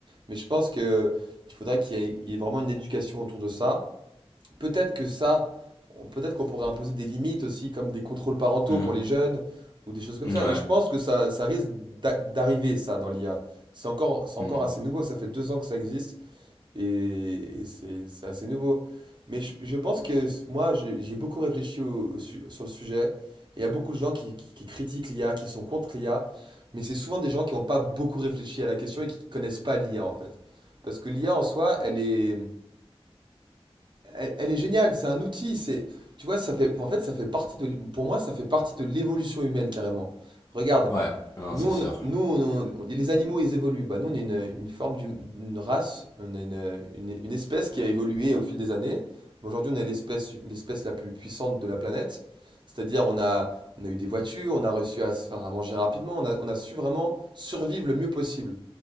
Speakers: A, on the right; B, on the left.
A: Mais je pense que il faudrait qu'il y ait il y ait vraiment une éducation autour de ça peut-être que ça, on- peut-être qu'on pourrait imposer des limites aussi, comme des contrôles parentaux
B: mm.
A: pour les jeunes, ou des choses comme
B: Ouais.
A: ça. Et je pense que ça, ça risque d'a- d'arriver, ça, dans l'IA. C'est encore, c'est
B: Mhm.
A: encore assez nouveau, ça fait deux ans que ça existe, et, et c'est c'est assez nouveau. Mais je, je pense que s- moi, j'ai j'ai beaucoup réfléchi au- au su- sur le sujet, et il y a beaucoup de gens qui, qui- qui critiquent l'IA, qui sont contre l'IA, mais c'est souvent des gens qui n'ont pas beaucoup réfléchi à la question et qui connaissent pas l'IA, en fait. Parce que l'IA, en soi, elle est... Elle, elle est géniale, c'est un outil, c'est, tu vois, ça fait, en fait, ça fait partie de, pour moi, ça fait partie de l'évolution humaine carrément. Regarde,
B: Ouais, non,
A: nous,
B: c'est
A: on,
B: sûr.
A: nous, on- on- les animaux, ils évoluent. Bah, nous, on est une, une forme d'hum- d'une race, on est une, une- une espèce qui a évolué au fil des années. Mais Aujourd'hui, on est l'espèce, l'espèce la plus puissante de la planète. C'est-à-dire, on a, on a eu des voitures, on a réussi à se faire à manger rapidement, on a, on a su vraiment survivre le mieux possible.